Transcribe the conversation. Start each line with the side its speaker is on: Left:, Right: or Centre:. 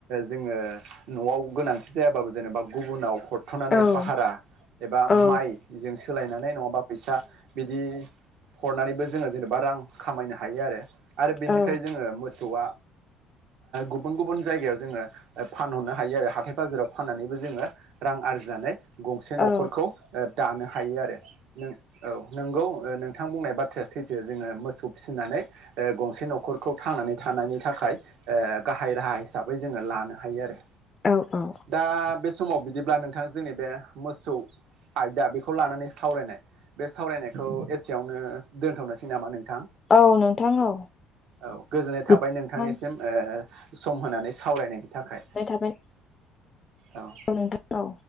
Right: जोङो न'आव गोनांथि जायाबाबो जेनेबा गुबुनाव हर थ'नानै
Left: औ
Right: भारा एबा
Left: औ
Right: माइजों सोलायनानै नङाबा फैसा बिदि हरनानैबो जोङो जेनेबा रां खामायनो हायो आरो आरो बेनिफ्राय
Left: औ
Right: जोङो मोसौआ गुबुन गुबुन जायगायाव जोङो फानहरनो हायो आरो हाथाय बाजाराव फाननानैबो जोङो रां आरजिनानै गंसे न'खरखौ
Left: औ
Right: दानो हायो आरो नों औ नंगौ नोंथां बुंनाय बाथ्राया सैथो जोङो मोसौ फिसिनानै गंसे न'खरखौ था नानै थानायनि थाखाय गाहाय राहा हिसाबै जोङो लानो हायो आरो।
Left: औ औ
Right: दा बे समाव बिदिब्ला नोंथाङा जोंनि बे मोसौ आयदा बेखौ लानानै सावरायनाय बे सावरायनायखौ एसेयावनो दोनथ'नोसै नामा नों थां
Left: औ नोंथां औ
Right: औ गोजोननाय
Left: बिदिब्ला
Right: थाबाय नोंथांनिसिम सम होनानै सावरायनाय थाखाय
Left: गोजोननाय थाबाय
Right: औ
Left: नोंथां औ